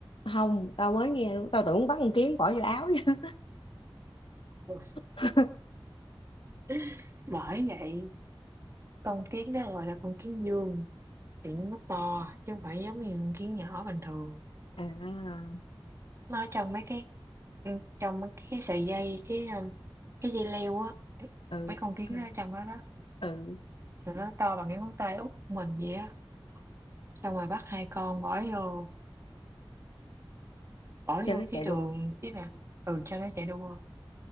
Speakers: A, on the left; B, on the right.
A: không tao mới nghe luôn tao tưởng bắn con kiến bỏ vô áo chứ
B: Ừ,
A: <laughs>
B: <laughs> bởi vậy con kiến đó gọi là con kiến vương, thì nó to chứ không phải giống như con kiến nhỏ bình thường.
A: à
B: Nó trong mấy cái trong mấy cái sợi dây, cái, ơ, cái dây leo á,
A: ừ
B: mấy con kiến
A: ừ
B: nó ở trong đó đó,
A: ừ
B: rồi nó to bằng cái ngón tay út của mình vậy á, xong rồi bắt hai con bỏ vô bỏ
A: cho
B: vô
A: nó
B: cái
A: chạy
B: đường
A: đua
B: cái là, ừ, cho nó chạy đua,